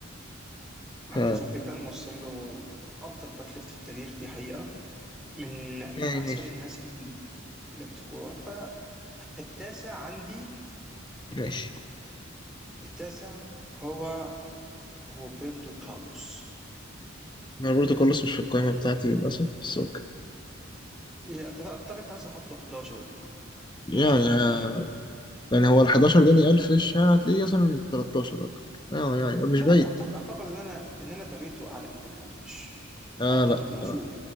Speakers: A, on the left; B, in the centre.
A: ف
B: اتفق جدا مارسيلو افضل باك ليفت في التاريخ دي حقيقه من من
A: يعني
B: احسن
A: ماشي
B: الناس اللي لعبت كوره فالتاسع عندي
A: ماشي
B: التاسع هو روبرتو كارلوس
A: أنا روبرتو كارلوس مش في القائمة بتاعتي للأسف بس أوكي
B: يعني أنت اعتقد تاسع حطه 11 12
A: يعني
B: او حاجه
A: آه،
B: زي كده
A: يعني هو ال 11 داني ألف فيش يعني هتلاقيه مثلا 13 ولا حاجة آه، يعني مش
B: لا
A: بعيد
B: لا اعتقد اعتقد ان انا ان انا بابيتو اعلى من داني الفيش
A: آه
B: اعتقد
A: لا الصراحة
B: المفروض